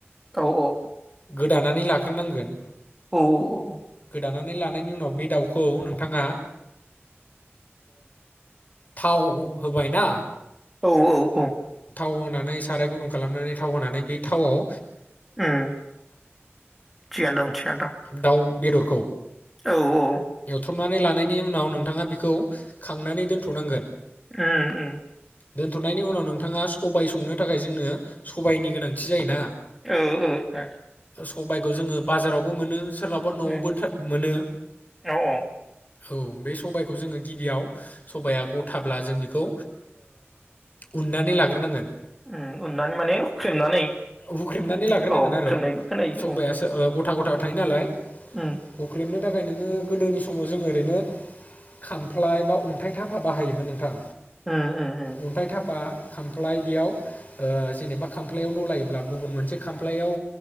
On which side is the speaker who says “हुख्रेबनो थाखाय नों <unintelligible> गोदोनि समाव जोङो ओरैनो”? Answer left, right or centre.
Left